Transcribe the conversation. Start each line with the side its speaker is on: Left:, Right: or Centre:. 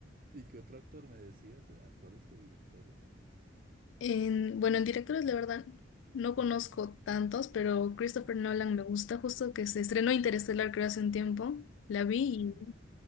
Right: ¿Y qué otro actor me decías? ¿Actores o directores?
Left: En, bueno, en directores, la verdad, no conozco tantos, pero Christopher Nolan
Right: Mm.
Left: me gusta, justo que se estrenó Interestelar creo hace un tiempo. La vi
Right: Sí.
Left: y